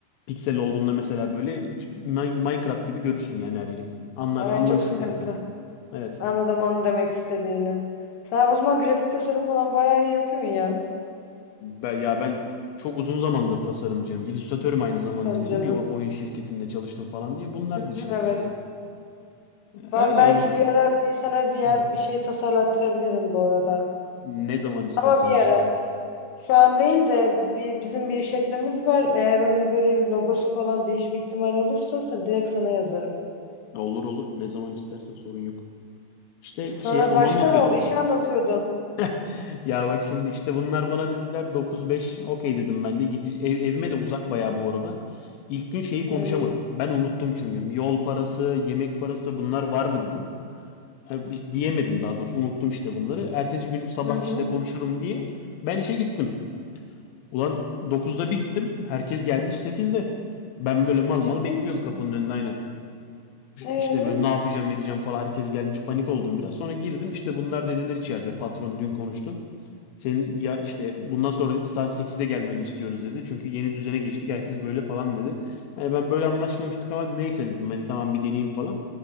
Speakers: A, on the left; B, on the left.
A: piksel olduğunda mesela böyle Min- Minecraft gibi görürsün yani her yeri. Anlar,
B: Aa,
A: anlamışsın
B: çok sıkıntı.
A: da biraz. Evet.
B: Anladım onu demek istediğini. Sen o zaman grafik tasarım falan bayağı iyi yapıyorsun ya.
A: Ben, ya ben çok uzun zamandır tasarımcıyım. İllüstratörüm aynı zamanda
B: Tabii
A: dedim
B: canım.
A: ya o- oyun şirketinde çalıştım falan diye. Bunlar
B: Hı
A: da işte
B: hı, Evet.
A: kısaca.
B: Ben
A: Öyle
B: belki
A: hani
B: bir ara bir sana bir yer
A: hı.
B: bir şey tasarlattırabilirim bu arada.
A: Ne zaman istersen
B: Ama bir
A: hiç
B: ara.
A: sorun yok.
B: Şu an değil de bir, bizim bir işletmemiz var. Eğer onun böyle bir logosu falan değişme ihtimali olursa sen, direkt sana yazarım.
A: Olur olur. Ne zaman istersen sorun yok. İşte
B: Sonra
A: şeye onu
B: başka
A: anlatıyordum.
B: ne oldu? İşi anlatıyordun.
A: <laughs> Ya bak şimdi işte bunlar bana dediler 9-5 okey dedim ben de. Gidi, ev- evime de uzak bayağı bu arada. İlk gün şeyi konuşamadık.
B: Ay.
A: Ben unuttum çünkü. Yol parası, yemek parası bunlar var mı dedim. Ha, hiç diyemedim daha doğrusu unuttum işte bunları. Ertesi gün sabah
B: Hı hı.
A: işte konuşurum diye ben işe gittim. Ulan dokuzda bir gittim. Herkes gelmiş sekizde. Ben böyle mal
B: Ciddi
A: mal bekliyorum
B: misin?
A: kapının önünde aynen.
B: Ee?
A: İşte böyle ne yapacağım edeceğim falan herkes gelmiş panik oldum biraz. Sonra girdim işte bunlar dediler içeride patron dün konuştum. Senin ya işte bundan sonra dedi, saat sekizde gelmeni istiyoruz dedi. Çünkü yeni düzene geçtik herkes böyle falan dedi. Hani ben böyle anlaşmamıştık ama neyse dedim hani tamam bir deneyeyim falan.